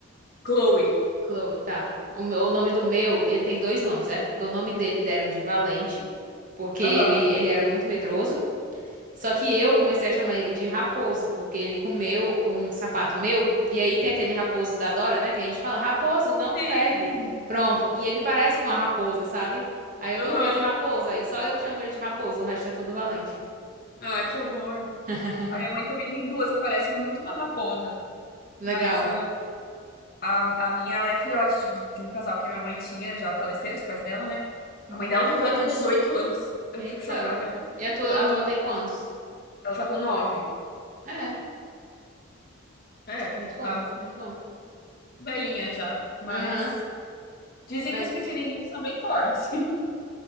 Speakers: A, on the left (about 45°); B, on the right (about 40°).
A: Chloe.
B: Chloe, tá. O, meu- o nome do meu, ele tem dois nomes, certo? Porque o nome dele deram de Valente, porque ele,
A: Aham.
B: ele era muito medroso. Só que eu comecei a chamar ele de Raposo, porque ele comeu um sapato meu, e aí tem aquele raposo da Dora, né? Que a gente fala, Raposo, não
A: Sim.
B: pegue. Pronto. E ele parece com a raposa, sabe? Aí eu
A: Aham.
B: coloquei de Raposo, aí só eu que chamo ele de Raposo, o resto é tudo Valente.
A: Ah, que amor.
B: <laughs>
A: A minha mãe também tem duas que parecem muito uma raposa,
B: Legal.
A: mas ah, A, a minha, ela é filhote de, de um casal que a minha mãe tinha, já faleceram os pais dela, né?
B: Uhum.
A: A mãe dela viveu até 18 anos. Eu
B: Eita.
A: fico chocada com isso.
B: E a tua,
A: Aham.
B: a tua tem quantos?
A: Ela tá com nove
B: É,
A: É,
B: muito bom,
A: tá
B: muito bom.
A: velhinha já. Mas
B: Aham.
A: dizem
B: Mas
A: que os pequenininhos são bem fortes. <laughs>